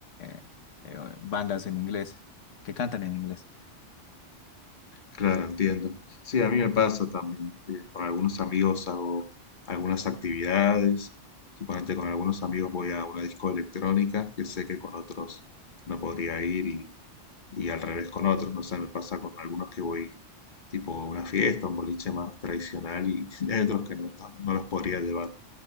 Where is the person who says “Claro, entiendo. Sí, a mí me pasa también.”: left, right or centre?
Left